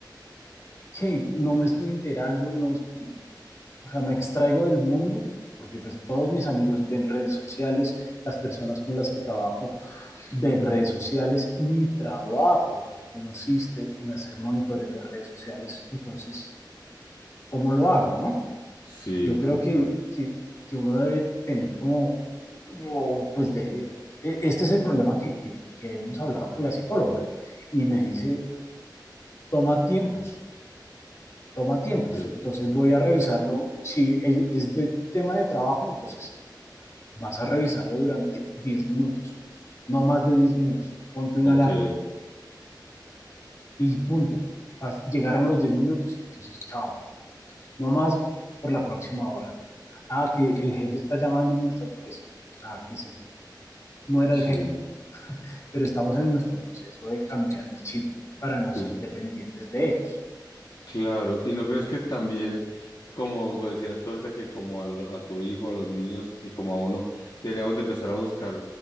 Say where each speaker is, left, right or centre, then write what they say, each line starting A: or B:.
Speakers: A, on the left (about 40°); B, on the left (about 65°).
A: ¿qué? No me estoy enterando, no, o sea, me extraigo del mundo, porque pues todos mis amigos ven redes sociales, las personas con las que trabajo de redes sociales. Mi trabajo consiste en hacer monitoreo de redes sociales. Entonces, ¿cómo lo hago, no?
B: sí,
A: Yo creo
B: comprendo.
A: que, que, que uno debe tener como, o, pues de, e, este es el problema que, que, que hemos hablado con la psicóloga y me dice, toma tiempos, toma tiempos.
B: okay
A: Entonces voy a revisarlo. Si es de tema de trabajo, entonces vas a revisarlo durante 10 minutos, no más de 10 minutos. Ponte una
B: okay
A: alarma y punto. Llegaron los 10 minutos, entonces chao, no más por la próxima hora. Ah, que el jefe está llamando y molestando, pues, ah, que se muera
B: sí,
A: el jefe. Pero estamos en nuestro proceso de cambiar el chip para no
B: sí,
A: ser dependientes de ellos.
B: claro. ¿Y no crees que también, como decías tú ahorita, que como a, lo- a tu hijo, a los niños y como a uno, deberíamos de empezar a buscar